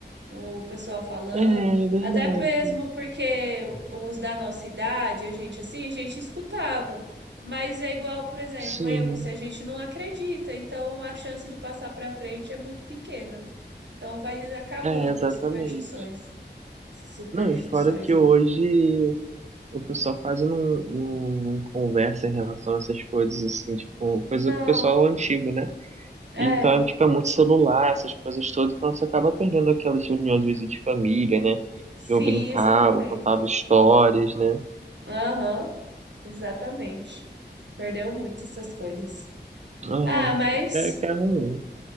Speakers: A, on the right (about 75°); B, on the right (about 40°).
A: O pessoal falando,
B: É, é verdade.
A: até mesmo porque os da nossa idade, a gente assim, a gente escutava. Mas é igual, por exemplo,
B: Sim,
A: eu, você, a gente não acredita, então a chance de passar para frente é muito pequena. Então vai acabando
B: é, exatamente.
A: as superstições. Essas superstições
B: Não, e fora que
A: aí.
B: hoje o pessoal quase não, não, não conversa em relação a essas coisas, assim, tipo, coisa
A: Não,
B: do pessoal antigo, né?
A: é.
B: E então, é, tipo, é muito celular, essas coisas todas, então você acaba perdendo aquelas reuniões, às vezes, de família, né? Que
A: Sim,
B: eu brincava,
A: exatamente.
B: eu contava histórias, né?
A: Aham, exatamente. Perdeu muito essas coisas.
B: Uhum.
A: Ah, mas.
B: Que é, que é ruim.